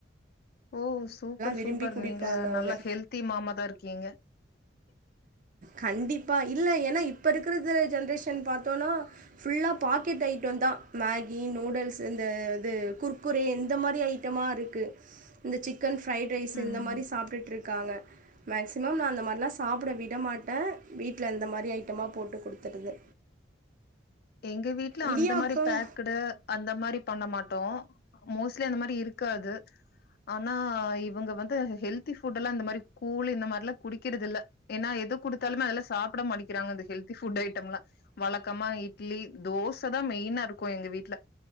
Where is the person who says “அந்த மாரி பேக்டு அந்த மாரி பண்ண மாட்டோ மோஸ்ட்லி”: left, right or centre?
Left